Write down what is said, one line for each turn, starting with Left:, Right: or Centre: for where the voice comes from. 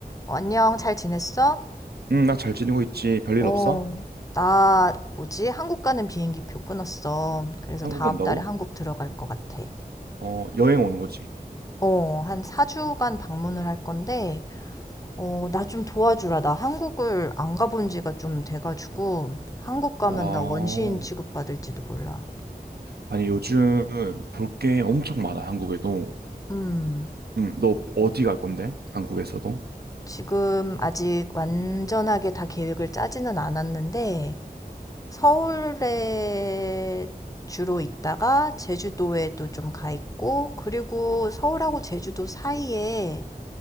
Left: 어, 안녕, 잘 지냈어?
Right: 응, 나 잘 지내고 있지. 별일
Left: 어,
Right: 없어?
Left: 나, 뭐지? 한국 가는 비행기 표 끊었어. 그래서
Right: 한국
Left: 다음
Right: 온다고?
Left: 달에 한국 들어갈 것 같아.
Right: 어, 여행 오는 거지.
Left: 어, 한 4주간 방문을 할 건데, 어, 나 좀 도와주라. 나 한국을 안 가본 지가 좀 돼가지고, 한국 가면
Right: 와.
Left: 나 원시인 취급받을지도 몰라.
Right: 아니, 요즘 볼 게 엄청 많아, 한국에도.
Left: 음,
Right: 응, 너 어디 갈 건데? 한국에서도?
Left: 지금 아직 완전하게 다 계획을 짜지는 않았는데, 서울에 주로 있다가 제주도에도 좀 가 있고, 그리고 서울하고 제주도 사이에